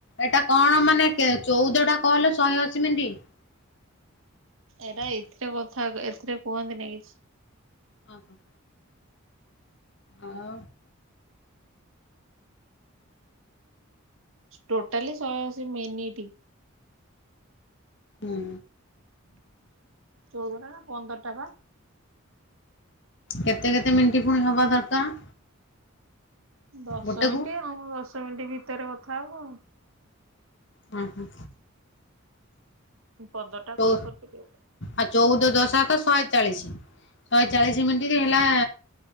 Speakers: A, on the left; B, on the right.
A: ଏଟା କଣ ମାନେ ଚଉଦ ଟା କଲ୍ ଶହେ ଅଶୀ ମିନିଟ୍।
B: ଏରା ଏଥିରେ କଥା ଏଥିରେ କୁହନ୍ତିନି କିଛି।
A: ଓ ହୋ। ଆଉ
B: ଟୋଟାଲି ଶହେ ଅଶୀ ମିନିଟି।
A: ହୁଁ।
B: ଚଉଦ ଟ ନା ପନ୍ଦର ଟା ବା
A: କେତେ କେତେ ମିଣ୍ଟ ପୁଣି ହବା ଦରକାର।
B: ଦଶ
A: ଗୋଟେକୁ
B: ମିନିଟ ହଁ ଦଶ ମିନିଟ୍ ଭି ଭତରେ କଥା ହବ।
A: ହୁଁ ହୁଁ।
B: ପନ୍ଦରଟା
A: ଚ
B: କଲ୍ କରିପାରିବ।
A: ଆ ଚଉଦ ଦଶା ତ ଚାଳିଶ ଶହେ ଚାଳିଶ ମନିଟ ଟା ହେଲା